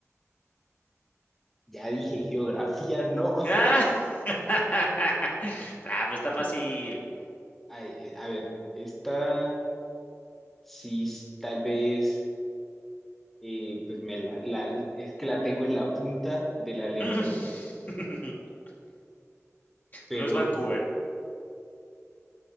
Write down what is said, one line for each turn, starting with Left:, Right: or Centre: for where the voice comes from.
Centre: ya dije geografía, no.
Left: ¡Ah! <laughs> ah, pero está fácil.
Centre: Ay, eh, a ver, esta sí s- tal vez, eh, pues me la, la- es que la tengo en la punta de la lengua,
Left: <laughs>
Centre: pero
Left: No es Vancouver.